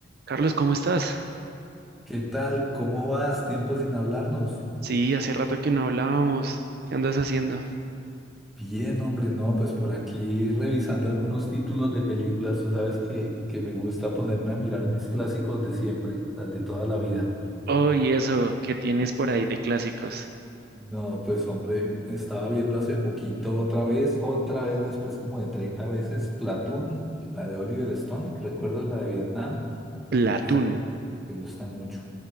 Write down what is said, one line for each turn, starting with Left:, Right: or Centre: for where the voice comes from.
Right: Carlos, ¿cómo estás?
Centre: ¿Qué tal? ¿Cómo vas? Tiempo sin hablarnos.
Right: Sí, hace rato que no hablábamos. ¿Qué andas haciendo?
Centre: Bien, hombre, no, pues por aquí revisando algunos títulos de películas. Tú sabes que, que me gusta ponerme a mirar mis clásicos de siempre, las de toda la vida.
Right: Oh, y eso, ¿qué tienes por ahí de clásicos?
Centre: No, pues hombre, estaba viendo hace poquito otra vez, otra vez después como de 30 veces, Platoon, la de Oliver Stone. ¿Recuerdas la de Vietnam?
Right: Platón.
Centre: Esa me gusta mucho.